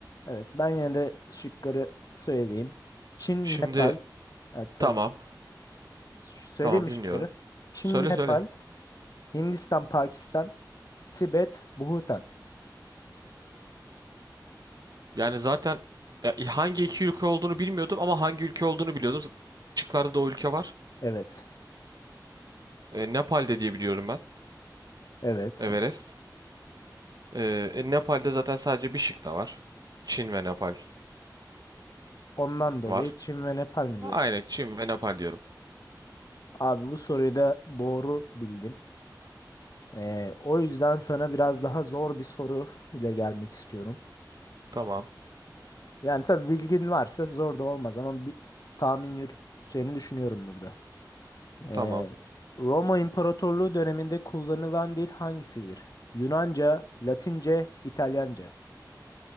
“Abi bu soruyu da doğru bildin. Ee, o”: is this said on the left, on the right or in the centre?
Left